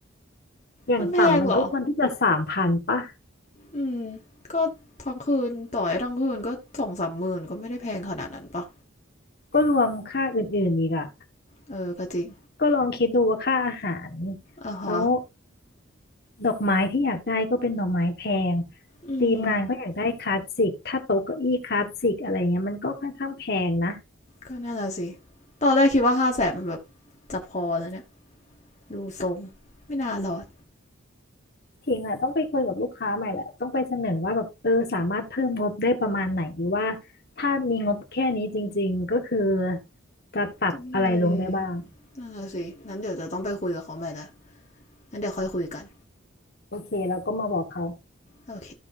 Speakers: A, on the left; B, on the left.
A: อย่างต่ำมันก็ควรที่จะสามพันป่ะ
B: มันแพงเหรอ อืมก็ทั้งคืนต่อยทั้งคืนก็สองสามหมื่นก็ไม่ได้แพงขนาดนั้นปะ
A: ก็รวมค่าอื่นๆอีกอะ
B: เออ ก็จริง
A: ก็ลองคิดดูว่าค่าอาหาร
B: อ่ะฮะ
A: แล้วดอกไม้ที่อยากได้ก็เป็นดอกไม้แพง
B: อืม
A: ทีมงานก็อยากได้คลาสสิกถ้าโต๊ะเก้าอี้คลาสสิกอะไรเงี้ยมันก็ค่อนข้างแพงนะ
B: ก็น่าจะสิตอนแรกคิดว่าห้าแสนมันแบบจะพอแล้วเนี่ย ดูทรง ไม่น่ารอด
A: ทีมอะต้องไปคุยกับลูกค้าใหม่แหละต้องไปเสนอว่าแบบเออสามารถเพิ่มงบได้ประมาณไหนหรือว่าถ้ามีงบแค่นี้จริงๆก็คือจะปรับอะไรลงได้บ้าง
B: อืมน่าจะสิงั้นเดี๋ยวจะต้องไปคุยกับเขาใหม่ละงั้นเดี๋ยวค่อยคุยกัน
A: โอเคแล้วก็มาบอกเขา
B: โอเค